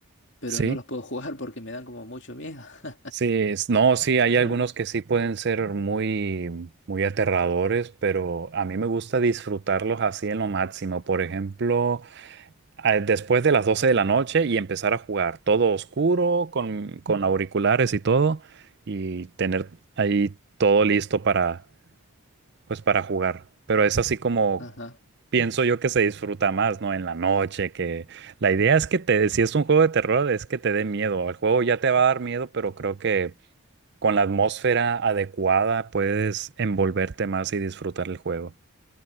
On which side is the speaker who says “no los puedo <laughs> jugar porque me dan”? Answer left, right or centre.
Left